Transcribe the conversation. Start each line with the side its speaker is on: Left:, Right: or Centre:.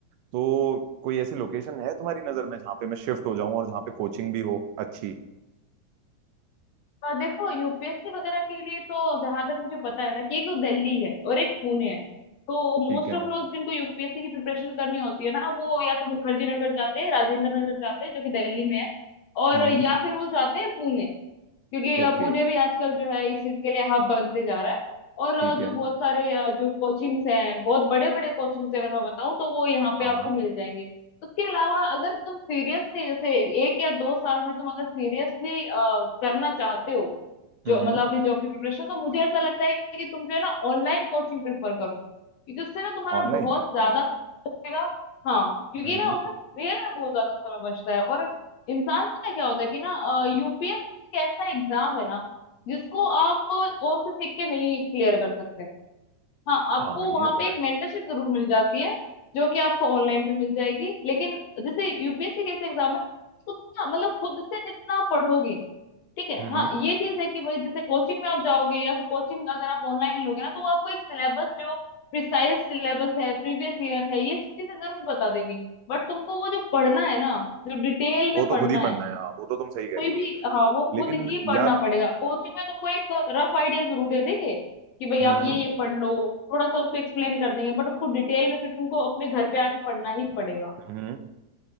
Right: तो कोई ऐसी लोकेशन है तुम्हारी नजर में जहाँ पे मैं शिफ्ट हो जाऊँ और जहाँ पे कोचिंग भी हो अच्छी
Left: और देखो यूपीएससी वगैरह के लिए तो जहां तक मुझे पता है ना कि एक तो दिल्ली है और एक पुणे है तो मोस्ट
Right: ठीक है
Left: ऑफ लोग जिनको यूपीएससी की प्रिपरेशन करनी होती है ना वो या तो मुखर्जी नगर जाते हैं राजेंद्र नगर जाते हैं जो कि दिल्ली में है और
Right: हम्म
Left: या फिर वो जाते हैं पुणे क्योंकि अ,
Right: ओके
Left: पुणे भी आजकल जो है इस चीज के लिए हब बनते जा रहा है और अ,
Right: ठीक
Left: जो
Right: है
Left: बहुत सारे अ, जो कोचिंग्स हैं बहुत बड़े बड़े कोचिंग्स अगर मैं बताऊं तो वो यहाँ पे
Right: हाँ
Left: आपको मिल जाएंगे उसके अलावा अगर तुम सीरियसली जैसे एक या दो साल में तुम अगर सीरियसली करना चाहते हो जो
Right: हम्म
Left: मतलब अपनी जॉब की प्रिपरेशन तो मुझे ऐसा लगता है कि तुम जो है ना ऑनलाइन कोचिंग प्रेफर करो क्योंकि उससे ना तुम्हारा
Right: ऑनलाइन
Left: बहुत ज्यादा बचेगा हाँ क्योंकि
Right: हम्म
Left: ना उससे रियल में बहुत ज्यादा समय बचता है और इंसान पता है क्या होता है कि ना यूपीएससी एक ऐसा एग्जाम है ना जिसको आप और से सीख के नहीं क्लियर कर सकते हाँ आपको
Right: हाँ ये
Left: वहां
Right: तो
Left: पे एक
Right: है
Left: मेंटरशिप जरूर मिल जाती है जो कि आपको ऑनलाइन भी मिल जाएगी लेकिन जैसे यूपीएससी कैसे एग्जाम है उसको तुम ना मतलब खुद से जितना पढ़ोगे ठीक है
Right: हम्म
Left: हाँ ये चीज है कि भाई जैसे कोचिंग में आप जाओगे या फिर कोचिंग अगर आप ऑनलाइन लोगे ना तो वो आपको एक सिलेबस जो प्रिसाइज सिलेबस है प्रीवियस ईयर है ये चीजें जरूर बता देगी बट तुमको वो जो पढ़ना है ना जो डिटेल
Right: वो
Left: में
Right: तो
Left: पढ़ना
Right: खुद ही
Left: है
Right: पढ़ना है हाँ वो तो तुम सही कह
Left: कोई
Right: रही हो
Left: भी हाँ वो खुद
Right: लेकिन
Left: ही पढ़ना
Right: यार
Left: पड़ेगा कोचिंग में तुमको एक रफ आइडिया जरूर दे देंगे कि भाई
Right: हम्म
Left: आप ये ये पढ़ लो थोड़ा सा उसको एक्सप्लेन कर देंगे बट उसको डिटेल में फिर तुमको अपने घर पे आके पढ़ना ही पड़ेगा
Right: हम्म